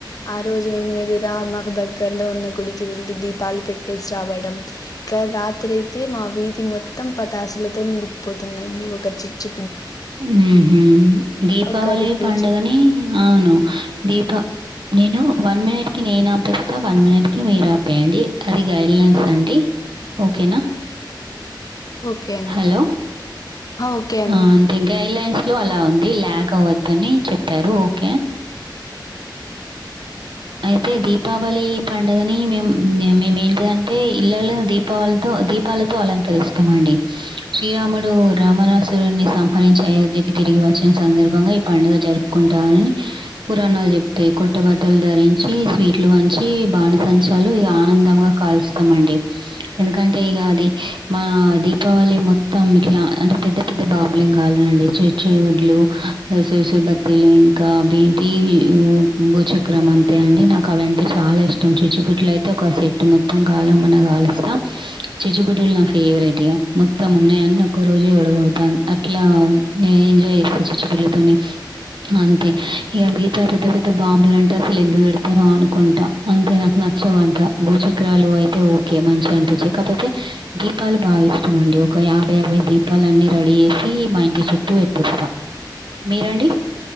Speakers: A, on the left; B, on the right.
A: ఆ రోజు మేం <unintelligible> మాకు దగ్గరలో ఉన్న గుడికెళ్ళి దీపాలు పెట్టేసి రావడం ఇక రాత్రి అయితే మా వీధి మొత్తం ప టాసులతో నిండిపోతుందండి ఒక చిచ్చు
B: ఉహ్మ్ దీపావళి
A: ఒకరు పూజ
B: పండుగని అవును దీప నేను వన్ మినిట్ కి నేను ఆపేస్తా వన్ మినిట్ కి మీరు ఆపేయండి అది గైడ్ లైన్స్ అండి ఓకేనా
A: ఓకే అండి
B: హలో
A: ఆ, ఓకే అండి
B: అ అంటే గైడ్లైన్స్ లో అలా ఉంది ల్యాగ్ అవద్ ద్దని చెప్పారు ఓకే అయితే దీపావళి పండుగని మేం మేమెంటిదంటే ఇళ్లలు దీపావళితో దీ పాలతో అలంకరిస్తామండి శ్రీరాముడు రామణాసురున్ని సంహరించి అయోధ్యకి తిరిగి వచ్చిన సందర్భంగా ఈ పండుగ జరుపుకుంటామనని పురాణాలు చెప్తాయి కొట్టుబ బట్టలు ధరించి స్వీట్లు పంచి బాణసంచాలు ఇగ ఆనందముగా కాలుస్తాం అండి ఎందుకంటే ఇగ అది మా దీపావళి మొత్తం ఇట్లా అంటే పెద్ద పెద్ద బాంబులిం కాలువరండి చిచ్చి బుడ్లు <unintelligible> ఇంకా అవేంటియి బుచాక్ చక్రం అంతే అండి నాకవంటే చాలా ఇష్టం చిచ్చుబుడ్లు అయితే ఒక సట్ మొత్తం గాలవమన్నా గాలిస్తం చిచ్చు బుడ్డుల్ నా ఫేవరెట్ ఇగ మొత్తం ఉన్నాయన్ని ఒక్క రోజె ఒడగొడుతా అట్లా ఇగ ఎంజాయ్ చే చిచ్చుబుడ్లతోని అంతే ఇగ మిగతా పెద్ద పెద్ద బాంబులం అసలు ఎందుకు పెడతారో అనుకుంటా అంతె నాకు నచ్చవంత భూచక్రాలు అయితే ఓకే మంచిగనిపి కాపోతే దీపాలు బాగా ఇష్టం అండి ఒక యాభై అరవై దీపాలన్నీ రెడీ చేసి మా ఇంటి చుట్టూ పెట్టిస్తా మీరండి